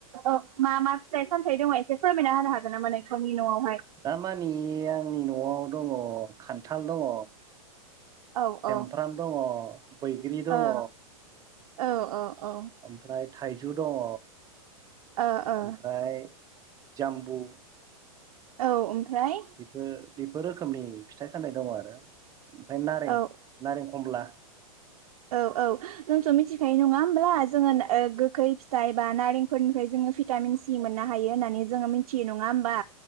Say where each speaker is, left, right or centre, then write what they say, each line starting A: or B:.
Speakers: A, on the right; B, on the right.
A: ओ मा मा फिथाइ सामथायाइ दंङ एसे फोरमायना होनो हागोन नामा नोंथांनि न'आव
B: दामानि आंनि न'आव दंङ खान्थाल दंङ
A: औ
B: समफ्राम
A: औ
B: दङ बैग्रि दङ
A: ओ औ औ
B: ओमफ्राय थाइजौ दङ
A: औ ओ ओ
B: ओमफ्राय जाम्बु
A: औ ओमफ्राय
B: बिफो बेफोर रोखोमनि फिथाइ सान्नाय दङ आरो। ओमफ्राय नारें
A: औ
B: नारें खमला
A: औ औ जोंथ' मिथिखायो नङा होमब्ला जोङो गोखै फिथाइ एबा नारेंफोरनिफ्राय जोङो भिटामिन सि मोननो हायो होननानै जोङो मिथियो नङा होमबा।